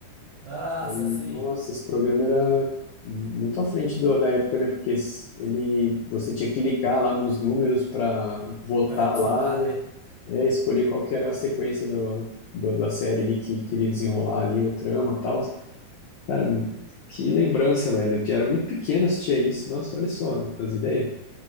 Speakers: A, on the right; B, on the left.
A: Nossa,
B: Aí,
A: sim.
B: nossa, esse programa era muito à frente do- da época, né? Porque s- ele, você tinha que ligar lá nos números para votar
A: De participar,
B: lá, né?
A: né?
B: É, escolher qual que era a sequência do, do- da série ali que queria desenrolar ali o trama e tal. Cara, que lembrança, velho. Eu era muito pequeno, assistia isso. Nossa, olha só as ideias.